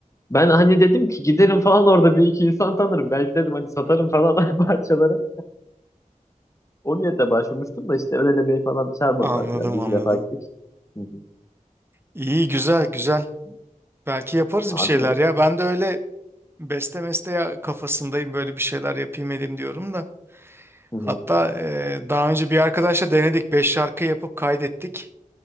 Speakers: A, on the left; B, on the right.
A: ben hani dedim ki giderim falan orada bir iki insan tanırım. Belki dedim hani satarım falan <laughs> parçaları. O niyetle başvurmuştum da işte ön elemeyi falan çağırmadılar.
B: Anladım
A: Yani bir
B: anladım.
A: iki defa gittik. Hı hı.
B: İyi güzel güzel. Belki yaparız
A: Abi
B: bir şeyler ya. Ben de öyle beste meste ya kafasındayım böyle bir şeyler yapayım edeyim diyorum da.
A: hı
B: Hatta
A: hı.
B: e, daha önce bir arkadaşla denedik. Beş şarkı yapıp kaydettik.